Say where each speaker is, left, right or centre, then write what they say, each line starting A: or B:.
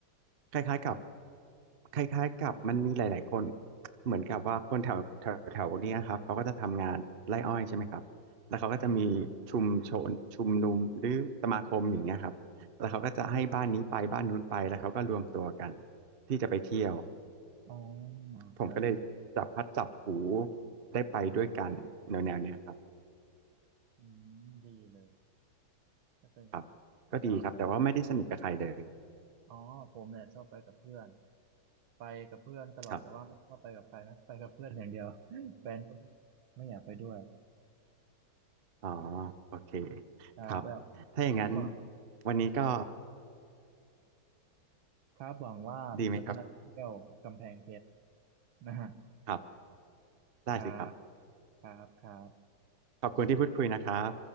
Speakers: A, on the right (about 40°); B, on the right (about 75°).
A: คล้ายๆกับคล้ายๆกับมันมีหลายๆคนเหมือนกับว่าคนแถวแถวแถวเนี้ยครับเขาก็จะทำงานไร่อ้อยใช่ไหมครับแล้วเขาก็จะมีชุมชนชุมนุมหรือสมาคมอย่างเงี้ยครับแล้วเขาก็จะให้บ้านนี้ไปบ้านนู้นไปแล้วเขาก็รวมตัวกัน
B: อืม
A: ที่จะไปเที่ยว
B: อ๋อ
A: ผมก็เลยจับพัดจับผู
B: ครับ
A: ได้ไปด้วยกันแนวๆเนี้ยครับ
B: อืมดีเลยก็เป็นอย่างนี้จะ
A: ครับก็ดีครับแต่ว่าไม่ได้สนิทกับใครเลย
B: อ๋อผมเนี่ยชอบไปกับเพื่อนไปกับเพื่อนตลอดแต่ว่าไม่ชอบไปกับใครนะไปกับเพื่อนอย่างเดียว
A: ครับ
B: <laughs> แฟนก็ไม่อยากไม่อยากไปด้วย
A: อ๋อโอเค
B: ครับแล้ว
A: ครับถ้าอย่างนั้น
B: หวัง
A: วันนี้ก็
B: ครับหวังว่าก็จะได้ไปเที่ยวกำแพงเพชร
A: ดีไหมครับ
B: นะฮะ
A: ครับได้สิครับ
B: ครับครับครับ
A: ขอบคุณที่พูดคุยนะครับ